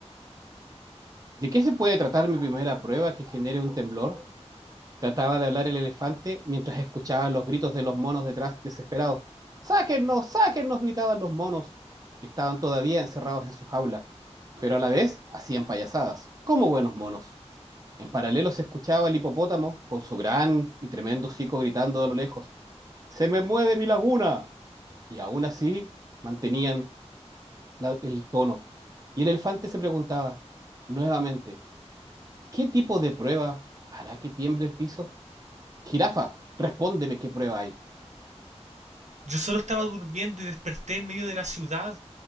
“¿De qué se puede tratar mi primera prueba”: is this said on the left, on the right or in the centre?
Right